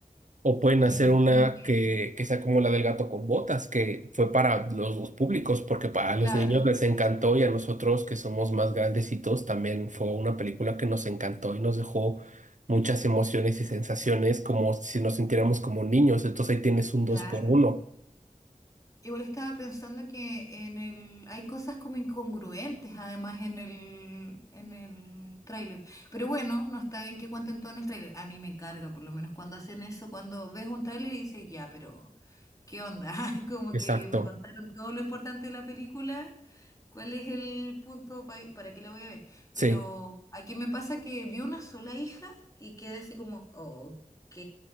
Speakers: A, on the right; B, on the left.
A: O pueden
B: que
A: hacer
B: me imagino
A: una
B: que,
A: que, que sea como la del gato con botas, que fue para los dos públicos, porque para
B: claro,
A: los niños les encantó y a nosotros que somos más grandecitos también fue una película que nos encantó y nos dejó muchas emociones y sensaciones como si nos sintiéramos como niños. Entonces ahí tienes un dos
B: claro.
A: por uno.
B: Igual estaba pensando que en el hay cosas como incongruentes además en el en el tráiler. Pero bueno, no está bien que cuenten todo en el tráiler. A mí me carga por lo menos cuando hacen eso, cuando ves un tráiler y dices, "Ya, pero ¿qué onda?" <laughs> Como
A: Exacto,
B: que me contaron todo lo importante de la película. ¿Cuál es el punto pa- para qué la voy a ver?
A: sí.
B: Pero aquí me pasa que vi una sola hija y quedé así como, "Ok."